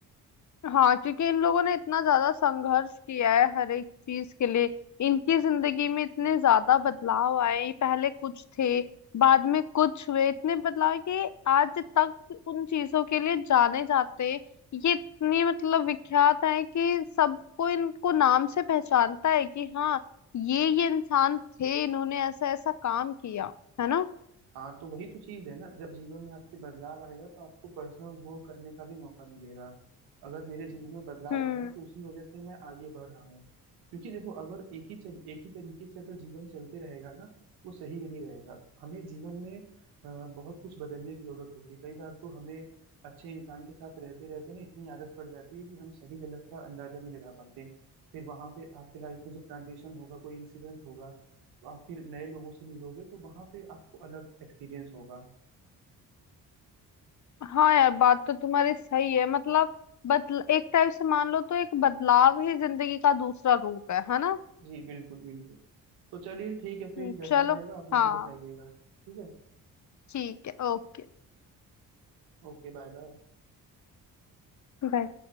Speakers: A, on the left; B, on the right.
A: हाँ क्योंकि इन लोगों ने इतना ज्यादा संघर्ष किया है हर एक चीज के लिए इनकी जिंदगी में इतने ज्यादा बदलाव आए ये पहले कुछ थे बाद में कुछ हुए इतने बदलाव कि आज तक उन चीजों के लिए जाने जाते हैं। ये इतनी मतलब विख्यात है कि सबको इनको नाम से पहचानता है कि हाँ ये ये इंसान थे इन्होंने ऐसा ऐसा काम किया है ना
B: हाँ तो वही तो चीज है ना जब जीवन में आपके बदलाव आएगा तो आपको पर्सनल ग्रो करने का भी मौका मिलेगा अगर मेरे जीवन में बदलाव
A: हम्म
B: आ रहा है तो उसी वजह से मैं आगे बढ़ रहा हूँ क्योंकि देखो अगर एक ही चर, एक ही तरीके से अगर जीवन चलते रहेगा ना वो सही नहीं रहेगा हमें जीवन में अ, बहुत कुछ बदलने की जरूरत होती है कई बार तो हमें अच्छे इंसान के साथ रहते रहते ना इतनी आदत पड़ जाती है कि हम सही गलत का अंदाजा नहीं लगा पाते फिर वहां पे आपके लाइफ में जब ट्रांजिशन होगा कोई इंसिडेंट होगा तो आप फिर नए लोगों से मिलोगे तो वहां पे आपको अलग एक्सपीरियंस होगा
A: हाँ यार बात तो तुम्हारी सही है मतलब बदल एक टाइप से मान लो तो एक बदलाव ही जिंदगी का दूसरा रूप है है ना
B: जी बिल्कुल बिल्कुल तो चलिए ठीक है फिर
A: हम्म,
B: जैसा
A: चलो
B: रहेगा आप मुझे
A: हाँ
B: बताइएगा ठीक है
A: ठीक है ओके
B: Okay bye bye
A: बाय।